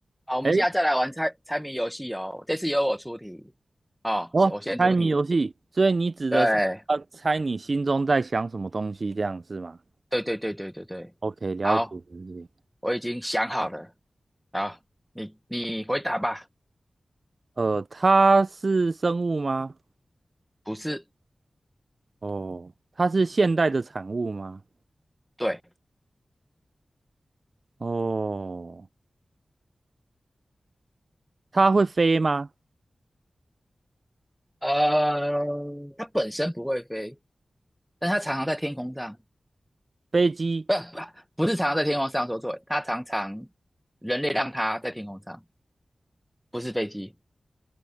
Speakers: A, in the centre; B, on the right (about 55°).
A: 好，我们现在再来玩猜猜谜游戏哦。
B: 哎，
A: 这次由我出题，哦，
B: 哦，
A: 我先出题。
B: 猜谜游戏，所以你指的是要猜你心中在想什么东西，
A: 对，
B: 这样是吗
A: 对对对对对对。
B: ？OK，了解了解。
A: 好，我已经想好了。好，你你回答吧。
B: 呃，它是生物吗？
A: 不是，
B: 哦，它是现代的产物吗？
A: 对，
B: 哦，它会飞吗？
A: 呃，它本身不会飞，但它常常在天空上，
B: 飞机、
A: 不不不是常常在天空上，说错了，它常常人类让它在天空上，不是飞机。